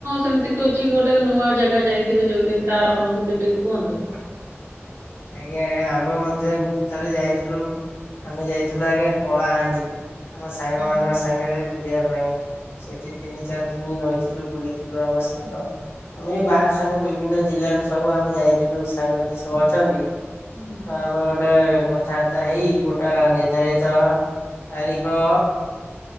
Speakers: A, on the right; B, on the left.
A: ସେମିତି କିଛି ଗୋଟେ ନୂଆ ଜାଗା ଯାଇଥିବେ ଯଉଠିକିି ତାର ଅନୁଭୂତି ଟିକେ କୁହନ୍ତୁ।
B: ଆଜ୍ଞା ଆମେ ମଧ୍ୟ ଏମତି ଥରେ ଯାଇଥିଲୁ। ଆମେ ଯାଇଥିଲୁ ଆଜ୍ଞା କଳାହାଣ୍ଡି। ଆମ ସାଙ୍ଗ
A: ହୁଁ
B: ମାନଙ୍କ ସାଙ୍ଗରେ ବୁଲିବା ପାଇଁ ସେଠି ତିନି ଚାରି ଦିନି ରହିଥିଲୁ ବୁଲିଥିଲୁ ଆମ ସେ, ଆମେ ଏ ବାହାର ସାଙ୍ଗ ବିଭିନ୍ନ ଜିଲ୍ଲାରୁ ସବୁ ଆମେ ଯାଇଥିଲୁ ସାଙ୍ଗ ଯିଏ ସବୁ ଅଛନ୍ତି
A: ହୁଁ।
B: ତ ଆମର ଗୋଟେ କଥାବାର୍ତ୍ତା ହେଇ ଗୋଟେ ନିର୍ଦ୍ଧାରିତ ତାରିଖ